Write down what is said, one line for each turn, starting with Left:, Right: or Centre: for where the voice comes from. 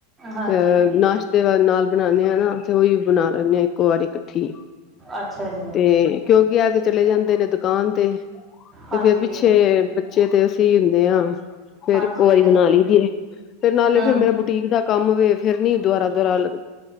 Right: ਹਾਂਜੀ
Left: ਅ-ਅ ਨਾਸ਼ ਤੇ ਨਾਲ ਬਣਾਨੇ ਆ ਨਾ ਉਈ ਬਨਾ ਲੈਂਨੇ ਆ ਇੱਕੋ ਵਾਰੀ ਕੱਠੀ
Right: ਅੱਛਾ ਜੀ
Left: ਤੇ ਕਿਉਂਕਿ ਐ ਤੇ ਚਲੇ ਜਾਂਦੇ ਨੇ ਦੁਕਾਨ ਤੇ, ਤੇ
Right: ਹਾਂਜੀ
Left: ਫੇਰ ਪਿੱਛੇ ਬ ਚੇ ਤੇ ਅਸੀਂ ਹੁੰਨੇ ਆ ਫੇਰ
Right: ਹਾਂਜੀ
Left: ਇੱਕੋ ਵਾਰੀ
Right: ਇਹ ਤਾਂ
Left: ਬਨਾ
Right: ਹੈ
Left: ਲਈਦੀ ਏ ਫੇਰ ਨਾਲੇ
Right: ਹਮ
Left: ਫੇਰ ਮੇਰਾ ਟੀਕ ਦਾ ਕੰਮ ਵੇ ਫੇਰ ਨੀ ਦੁਆਰਾ-ਦੁਆਰਾ ਲੱਗ